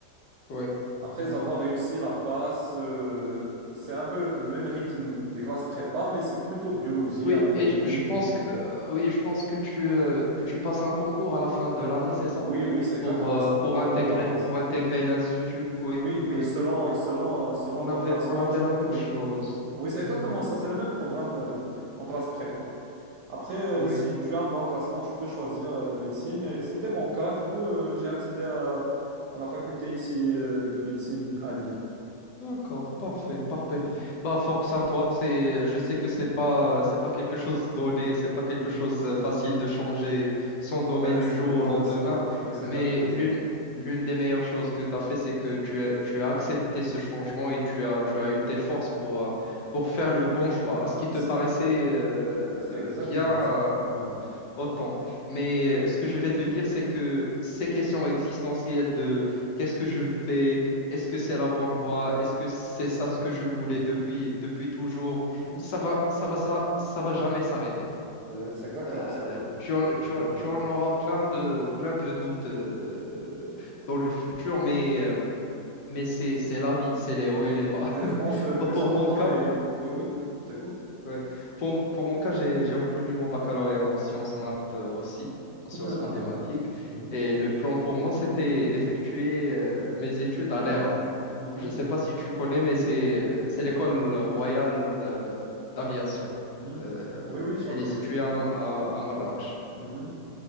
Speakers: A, on the left; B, on the right.
A: Ouais,
B: Après
A: ouais.
B: avoir réussi la passe, euh, c'est un peu le même rythme des classes prépa, mais c'est plutôt biologie,
A: Oui,
B: anatomie,
A: et je je pense
B: microbiome.
A: que euh, oui, je pense que tu euh, que tu passes un concours à la fin de l'année, c'est
B: Oui,
A: ça?
B: oui, c'est exactement
A: Pour euh,
B: ça,
A: pour
B: le concours
A: intégrer
B: de la passe.
A: pour intégrer l'institut. Oui,
B: Oui, oui,
A: oui,
B: selon,
A: oui.
B: selon, selon
A: On
B: ton
A: avait
B: classement,
A: on avait
B: tu...
A: la même
B: oui.
A: chose.
B: Oui, c'est
A: Mhm.
B: exactement ça, c'est le même programme euh, en classe prépa. Après, euh,
A: Oui.
B: si tu as un bon classement, tu peux choisir euh, médecine. Et c'était mon cas, du coup, euh, j'ai accédé à, à la faculté ici euh, de médecine à Lille.
A: D'accord, parfait, parfait.
B: Mhm,
A: Bah, force à toi. C'est, je sais que c'est pas, c'est pas quelque chose donné, c'est pas quelque
B: mhm.
A: chose euh, facile de changer son domaine
B: Ouais,
A: du
B: cette
A: jour
B: reconversion,
A: au lendemain.
B: oui, c'est
A: Mais
B: exactement ça.
A: l'une, l'une des meilleures choses que tu as fait, c'est que tu as, tu as accepté ce changement et tu as, tu as eu tes forces pour, euh, pour faire le bon choix. À ce qui te
B: C'est
A: paraissait euh,
B: c'est exactement
A: bien,
B: ça.
A: euh,
B: Oui.
A: autant. Mais euh, ce que je vais te dire, c'est que ces questions existentielles de qu'est-ce que je fais, est-ce que c'est la bonne voie, est-ce que c'est ça ce que je voulais
B: Mhm,
A: depuis, depuis toujours,
B: mhm.
A: ça va, ça va, ça, ça va jamais s'arrêter.
B: C'est c'est exactement
A: Euh,
B: ça, oui.
A: tu en,
B: Je suis
A: tu
B: totalement
A: en, tu
B: d'accord.
A: en auras plein de, plein de doutes euh, dans le futur, mais, euh, mais c'est, c'est la vie, c'est les hauts et les bas.
B: Mais
A: <laughs>
B: je pense euh, le
A: Pas
B: plus
A: pour
B: important
A: mon cas.
B: est... Oui, oui, c'est cool.
A: Ouais. Pour, m- pour mon cas, j'ai, j'ai obtenu mon baccalauréat en sciences maths euh, aussi, en sciences
B: <laughs> Ah, ah.
A: mathématiques.
B: mhm,
A: Et le plan pour moi, c'était d'effectuer euh, mes études à l'ERA.
B: mhm,
A: Je ne sais pas si tu connais, mais c'est euh, c'est l'école royale euh, d'aviation.
B: mhm.
A: Euh,
B: Oui, oui, je
A: elle
B: la connais.
A: est située à, à, à Marrakech.
B: Mhm,